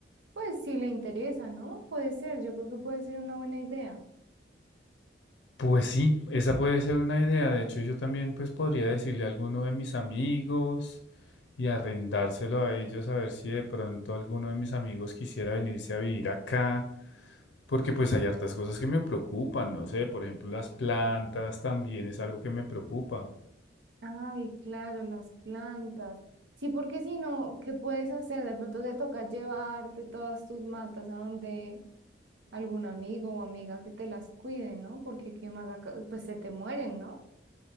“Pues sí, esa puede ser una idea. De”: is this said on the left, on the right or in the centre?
Left